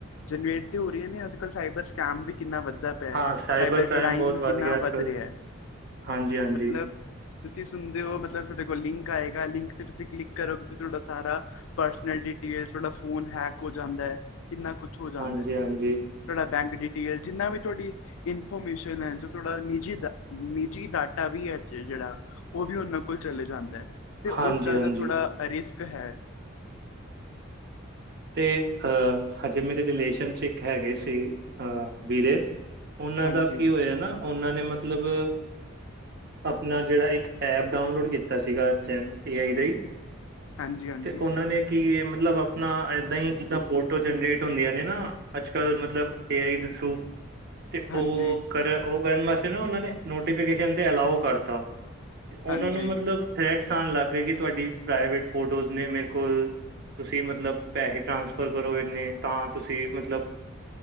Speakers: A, on the left (about 80°); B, on the right (about 50°).
A: ਜਨਰੇਟ ਤੇ ਹੋ ਰਹੀ ਹੈ ਨੇ, ਅੱਜ- ਕੱਲ੍ਹ ਸਾਈਬਰ ਸਕੈਮ ਵੀ ਕਿੰਨਾ ਵੱਧਦਾ।
B: ਹਾਂ,
A: ਸਾਈਬਰ ਕ੍ਰਾਈਮ
B: ਬਹੁਤ
A: ਕਿੰਨਾ
B: ਗਿਆ ਅੱਜ-ਕੱਲ੍ਹ।
A: ਵੱਧ ਰਿਹਾ <inaudible>
B: ਹਾਂਜੀ-ਹਾਂਜੀ,
A: ਮਤਲਬ ਤੁਸੀਂ ਸੁਣਦੇ ਹੋ, ਮਤਲਬ ਤੁਹਾਡੇ ਕੋਲ ਲਿੰਕ ਆਏਗਾ ਲਿੰਕ ਤੇ ਤੁਸੀਂ ਕਲਿੱਕ ਕਰੋਗੇ ਤੇ ਤੁਹਾਡਾ ਸਾਰਾ ਪਰਸਨਲ ਡਿਟੇਲ ਤੁਹਾਡਾ ਫੋਨ ਹੈਕ ਹੋ ਜਾਂਦਾ ਹੈ। ਕਿੰਨਾ ਕੁਛ ਹੋ ਜਾਂਦਾ,
B: ਹਾਂਜੀ-ਹਾਂਜੀ,
A: ਤੁਹਾਡਾ ਬੈਂਕ ਡਿਟੇਲ ਜਿੰਨਾ ਵੀ ਤੁਹਾਡੀ ਇਨਫੋਰਮੇਸ਼ਨ ਆ ਜੋ ਥੋੜਾ ਨਿੱਜੀ ਅ ਨਿੱਜੀ ਡਾਟਾ ਵੀ ਐ ਜਿਹੜਾ ਉਹ ਵੀ ਉਹਨਾਂ ਕੋਲ ਚਲੇ ਜਾਂਦਾ ਐ। ਤੇ
B: ਹਾਂਜੀ-ਹਾਂਜੀ
A: ਉਸ ਗੱਲ ਦਾ ਥੋੜ੍ਹਾ ਰਿਸਕ ਹੈ।
B: ਤੇ ਹ ਹਜੇ ਮੇਰੇ ਰਿਲੇਸ਼ਨ 'ਚ ਇੱਕ ਹੈਗੇ ਸੀ ਅ ਵੀਰੇ ਉਹਨਾਂ
A: ਹਾਂਜੀ
B: ਦਾ ਕੀ ਹੋਇਆ ਨਾ ਉਹਨਾਂ ਨੇ ਮਤਲਬ ਆਪਣਾ ਜਿਹੜਾ ਇੱਕ ਐਪ ਡਾਊਨਲੋਡ ਕੀਤਾ ਸੀਗਾ ਜਪ ਏ ਆਈ ਦਾ ਹੀ
A: ਹਾਂਜੀ ਹਾਂਜੀ
B: ਤੇ ਉਹਨਾਂ ਨੇ ਕੀ ਮਤਲਬ ਆਪਣਾ ਨਹੀ ਜਿੱਦਾਂ ਫੋਟੋ ਜਨਰੇਟ ਹੁੰਦੀਆਂ ਨੇ ਨਾ। ਅੱਜ ਕੱਲ੍ਹ ਮਤਲਬ ਏ ਆਈ ਦੇ ਥਰੂ ਤੇ
A: ਹਾਂਜੀ
B: ਉਹ ਕਰ ਉਹ ਕਰਨ ਵਾਸਤੇ ਨਾ ਉਹਨਾਂ ਨੇ ਨੋਟੀਫਿਕੇਸ਼ਨ ਤੇ ਅਲਾਓ ਕਰਤਾ ਉਹਨਾਂ
A: ਹਾਂਜੀ
B: ਨੂੰ ਮਤਲਬ ਥਰੈਟਸ ਆਂਣ ਲੱਗ ਗਏ। ਕਿ ਤੁਹਾਡੀ ਪ੍ਰਾਈਵੇਟ ਫੋਟੋਜ਼ ਨੇ ਮੇਰੇ ਕੋਲ ਤੁਸੀਂ ਮਤਲਬ ਪੈਸੇ ਟਰਾਂਸਫਰ ਕਰੋ ਇੰਨੇ ਤਾਂ ਤੁਸੀਂ ਮਤਲਬ